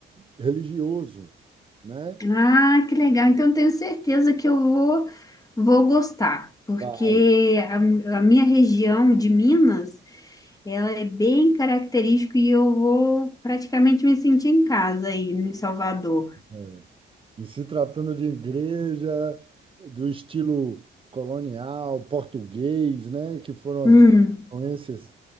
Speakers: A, on the right; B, on the left.
A: religioso né?
B: Ah, que legal. Então, eu tenho certeza que eu vou, vou gostar, porque
A: Vai.
B: a, a minha região de Minas, ela é bem característica e eu vou praticamente me sentir em casa aí em Salvador.
A: é. E se tratando de igreja do estilo colonial, português, né, que foram
B: Hum,
A: as grandes influências,